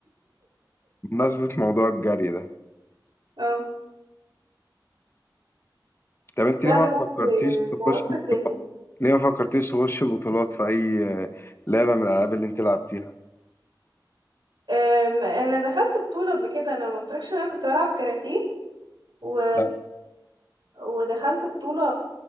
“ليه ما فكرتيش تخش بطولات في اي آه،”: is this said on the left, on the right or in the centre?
Left